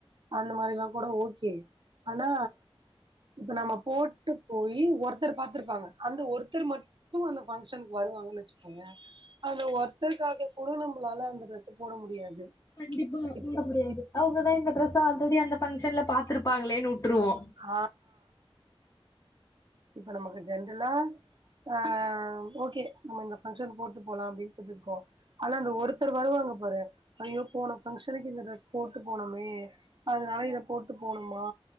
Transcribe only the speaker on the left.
கண்டிப்பா
போட முடியாது அவுங்கதா இந்த டிரெஸ்ச ஆல்ரெடி அந்த பங்க்ஷன்ல பாத்துருப்பாங்களேனு வுட்ருவோ